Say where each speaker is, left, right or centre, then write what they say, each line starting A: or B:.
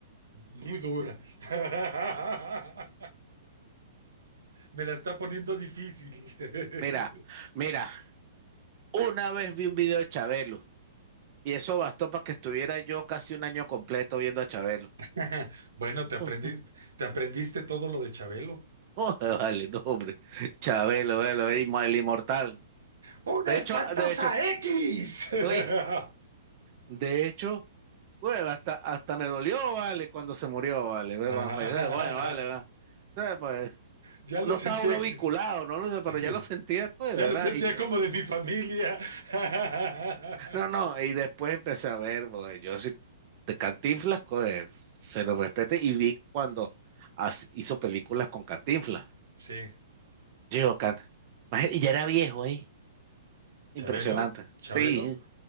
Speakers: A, on the right; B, on the right.
A: muy dura. <laughs> Me la está poniendo difícil. <laughs>
B: Mira, mira, una vez vi un video de Chabelo y eso bastó para que estuviera yo casi un año completo viendo a Chabelo.
A: <laughs> Bueno, te aprendiste,
B: <laughs>
A: te aprendiste todo lo de Chabelo.
B: <laughs> Joder, vale, no, hombre. Chabelo, velo, el inmo- el inmortal.
A: ¡Una
B: De
A: espantosa
B: hecho, de hecho,
A: X! <laughs>
B: uy, de hecho, güey, hasta, hasta me dolió, vale, cuando se murió, vale, güey,
A: Ah,
B: cuando falleció, coño, vale, ¿verdad? Entonces, pues,
A: ya lo
B: no
A: sentía,
B: estaba uno
A: <laughs>
B: vinculado, no lo sé, pero
A: sí,
B: ya lo sentía, güey,
A: ya
B: ¿verdad?
A: lo sentía
B: Y yo-
A: como de mi familia. <laughs>
B: no, no, y después empecé a ver, güey, yo sí, de Cantinflas, güey, se lo respete, y vi cuando as- hizo películas con Cantinflas.
A: Sí,
B: Yo, Cant, imagínate, y ya era viejo, ahí, Impresionante.
A: Chabelo, Chabelo.
B: Sí.